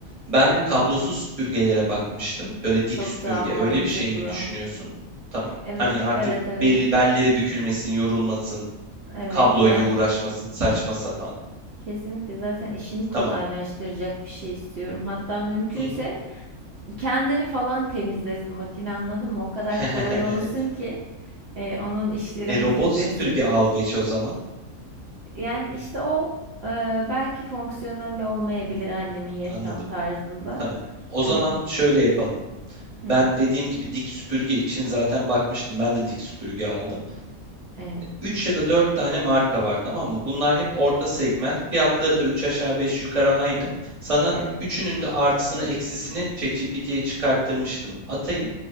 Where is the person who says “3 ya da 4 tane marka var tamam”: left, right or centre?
Right